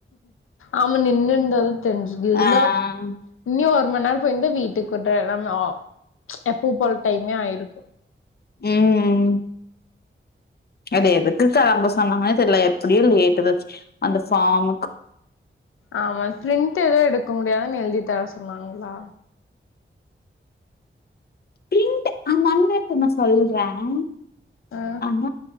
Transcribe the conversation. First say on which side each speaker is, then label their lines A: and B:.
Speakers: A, on the left; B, on the left.
A: ஆமா நின்னுனு இருந்ததான் தெரிஞ்சுது இருந்தா
B: ஆ.
A: இன்னியு ஒரு மண் நேர போயிருந்தா வீட்டுக் உட்ற நம்ம ஆ எப்பு போல டைமே ஆயிருக்கு
B: ம் அது எதுக்குகா அபசகுன மாரி தெரியல எப்டியும் லேட்டு தான் ஆச்சு
A: ஆமா பிரிண்ட் எதுவும் எடுக்க முடியதுன்னு எழுதிதர சொன்னாங்களா
B: பிரிண்ட் அந்த அண்ணா என்ன தெரியுமா சொல்றான்
A: ஆ
B: ஆ